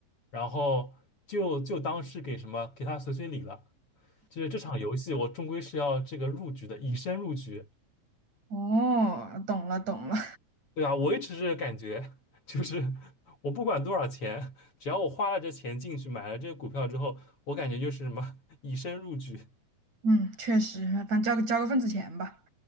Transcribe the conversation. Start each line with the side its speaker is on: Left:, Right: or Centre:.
Left: 然后就就当是给什么给他随随礼了。就是这场游戏，我终归是要这个入局的，以身入局，
Right: 哦，懂了懂了，
Left: 对吧？我一直是感觉，就是我不管多少钱，只要我花了这钱进去买了这个股票之后，我感觉就是什么以身入局
Right: 嗯，确实，反正交个交个份子钱吧。